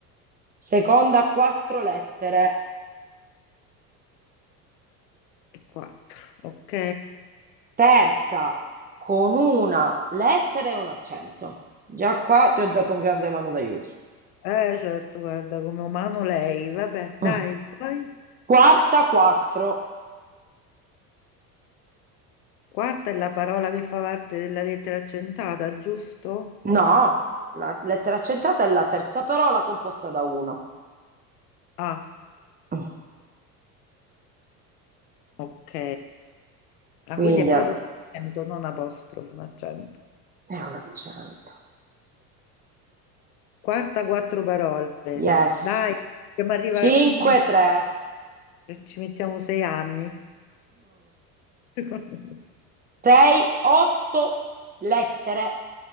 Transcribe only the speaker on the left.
4, ok.
Eh, certo, guarda, come umano lei. Vabbè, dai,
poi.
Quarta è la parola che fa parte della lettera accentata, giusto?
Ah,
ok. Ah,
quindi è
proprio un accento, non apostrofo, un accento.
Quarta, quattro parole.
Dai, dobbiamo arrivare
a 15,
ci mettiamo sei anni. <laughs>